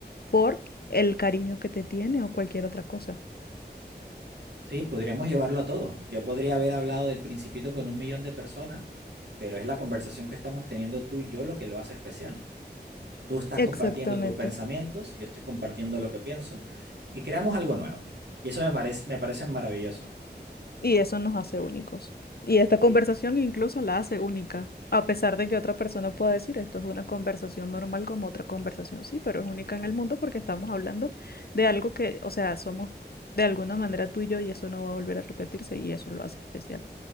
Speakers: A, on the left (about 60°); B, on the right (about 80°).
A: por el cariño que te tiene o cualquier otra cosa.
B: Sí, podríamos llevarlo a todo. Yo podría haber hablado del principito con un millón de personas, pero es la conversación que estamos teniendo tú y yo lo que lo hace especial. Tú estás
A: Exactamente.
B: compartiendo tus pensamientos y yo estoy compartiendo lo que pienso y creamos algo nuevo. Y eso me parece, me parece maravilloso.
A: Y eso nos hace únicos. Y esta conversación
B: Y,
A: incluso la hace única, a pesar de que otra persona pueda decir, esto es una conversación normal como otra conversación, sí, pero es única en el mundo porque estamos hablando de algo que, o sea, somos de alguna manera tú y yo y eso no va a volver a repetirse y eso lo hace especial.